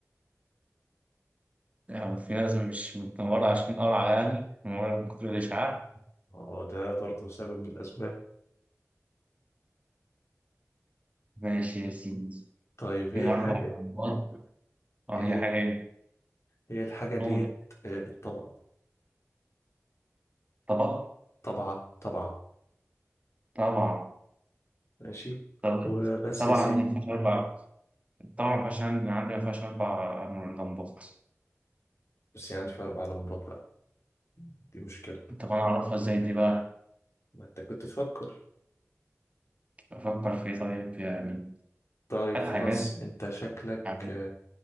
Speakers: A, on the right (about 25°); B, on the left (about 60°).
A: يعني في ناس مش متنورة عشان قرعة يعني منورة من كتر الإشعاع
B: اه ده برضه سبب من الأسباب
A: ماشي يا سيدي
B: طيب
A: فيها
B: هي الحاجة
A: أربع لمبات اه
B: هي
A: هي حاجة ايه؟
B: هي الحاجة ديت
A: قول
B: آه، الطبق
A: طبق
B: طبعة طبعة
A: طبعا
B: ماشي
A: طبعا
B: وبس
A: طبعا
B: يا سيدي
A: ما فيهاش أربع طبعا ما فيهاش عندي عندي ما فيهاش أربع لمبات
B: بس يعني في أربع لمبات بقى دي مشكلة
A: طب أنا أعرفها إزاي دي بقى؟
B: ما أنت كنت تفكر
A: أفكر في إيه طيب يعني
B: طيب
A: هات
B: خلاص
A: حاجات
B: أنت شكلك
A: عادية